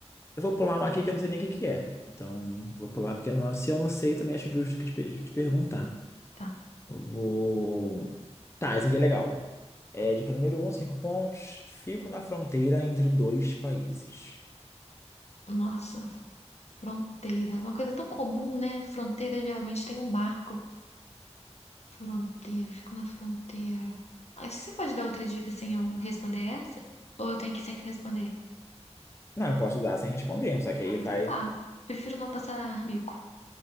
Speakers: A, on the left (about 25°); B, on the left (about 65°).
A: Eu vou pular uma aqui que eu não sei nem o que que é. Então, vou pular porque não, se eu não sei, eu também acho justo que te, pe- te perguntar.
B: Tá.
A: Eu Vou. Tá, esse aqui é legal. É, dica número um, 5 pontos. Fico na fronteira entre dois países.
B: Nossa, fronteira. Uma coisa tão comum, né? Fronteira geralmente tem um barco. Fronteira, fico na fronteira. Aí você pode dar outra dica sem eu responder essa? Ou eu tenho que sempre responder?
A: Não, eu posso dar sem responder, só que aí
B: Ah, então
A: vai.
B: tá. Prefiro não passar mico.